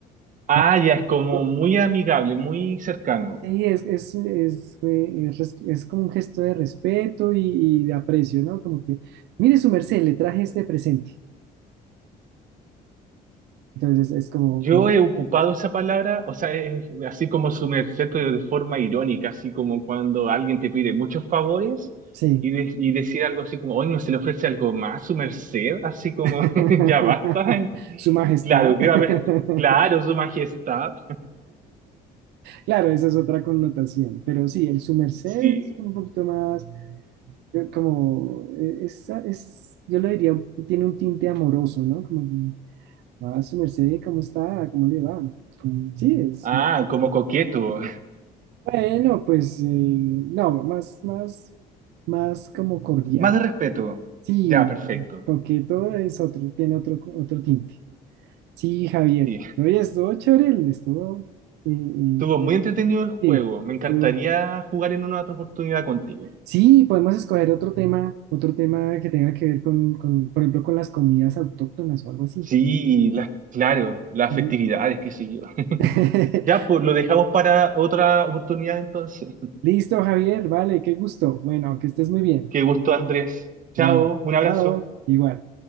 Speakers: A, on the right; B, on the right.
A: Ah,
B: O-
A: ya es como
B: o-
A: muy amigable, muy cercano.
B: Sí, es, es, es, eh, es res- es como un gesto de respeto y, y de aprecio, ¿no? Como que, mire su merced, le traje este presente. Entonces es como,
A: Yo
B: como,
A: he ocupado esa palabra, o sea, es así como su merced pero de forma irónica, así como cuando alguien te pide muchos favores
B: sí.
A: y, de- y decir algo así como, hoy no se le ofrece algo más, su merced, así como,
B: <laughs>
A: <laughs> ya basta.
B: Su majestad.
A: Claro, creo
B: <laughs>
A: haber, claro, su majestad.
B: Claro, esa es otra connotación, pero sí, el su merced
A: Sí.
B: es un poquito más yo como, eh, es, es, yo lo diría, tiene un tinte amoroso, ¿no? Como, a su merced, ¿cómo está? ¿Cómo le va? Como, sí, es,
A: Ah, como coqueto.
B: bueno, pues, eh, no, más, más, más como cordial.
A: Más de respeto.
B: Sí,
A: Ya,
B: no,
A: perfecto.
B: coqueto es otro, tiene otro, otro tinte. Sí, Javier,
A: Sí.
B: oye, estuvo chévere, el- estuvo, eh, eh,
A: Estuvo muy entretenido el juego.
B: sí,
A: Me encantaría
B: estuvo-
A: jugar en una otra oportunidad contigo.
B: Sí, podemos escoger otro tema, otro tema que tenga que ver con, con, por ejemplo, con las comidas autóctonas o algo así.
A: Sí, las, claro, las
B: Mm.
A: festividades, qué sé yo.
B: <laughs>
A: Ya, pues lo dejamos para otra oportunidad entonces.
B: Listo, Javier, vale, qué gusto. Bueno, que estés muy bien.
A: Qué gusto, Andrés. Chao,
B: Bueno,
A: un abrazo.
B: chao, igual.